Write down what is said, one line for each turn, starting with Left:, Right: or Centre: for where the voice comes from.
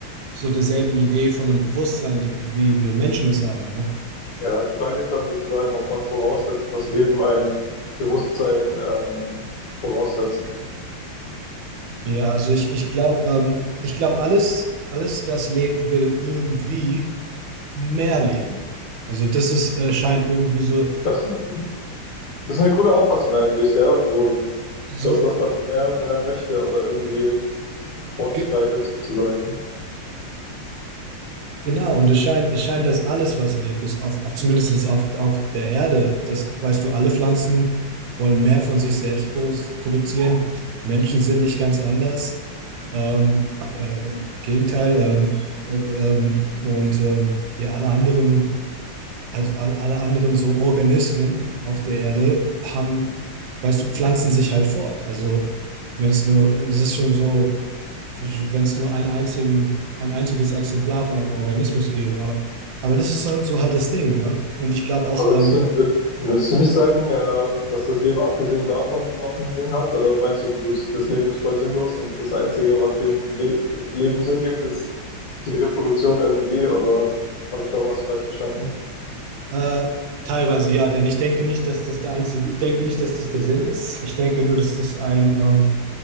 Right: so derselben Idee von einem Bewusstsein, wie wir Menschen es haben. Ne?
Left: Ja, die Frage ist dann sozusagen, ob man voraussetzt, dass Leben ein Bewusstsein ähm, voraussetzt.
Right: Ja, also ich, ich glaube, ähm, ich glaube, alles, alles, das lebt, will irgendwie mehr leben. Also das ist, äh, scheint irgendwie so,
Left: Das ist, Das ist eine coole Auffassung eigentlich, ja. So,
Right: So,
Left: dass das dann mehr, mehr möchte oder irgendwie fortschreitet
Right: ge
Left: sozusagen.
Right: genau, und es scheint, es scheint, dass alles, was lebt, ist auf, auf zumindest auf, auf der Erde, das weißt du, alle Pflanzen wollen mehr von sich selbst pro produzieren. Menschen sind nicht ganz anders. Ähm, äh, Im Gegenteil, ähm, äh, ähm, und ähm, ja, alle anderen, also alle, alle anderen so Organismen auf der Erde haben, weißt du, pflanzen sich halt fort. Also wenn es nur, es ist schon so, wenn es nur ein einzigen, ein einziges Exemplar von einem Organismus gäbe. Aber, aber das ist so, so halt das Ding, ne? Und ich glaube auch,
Left: Aber
Right: ähm,
Left: würdest du, würd, würdest du nicht sagen, äh, dass das Leben abgesehen davon noch einen Sinn hat? Oder meinst du, du das Leben ist voll sinnlos und das Einzige, was dem Le Leben Sinn gibt, ist die Reproduktion irgendwie? Oder habe ich da was falsch verstanden?
Right: äh, teilweise ja, denn ich denke nicht, dass das der einzige, ich denke nicht, dass das der Sinn ist. Ich denke nur, dass das ein, ähm,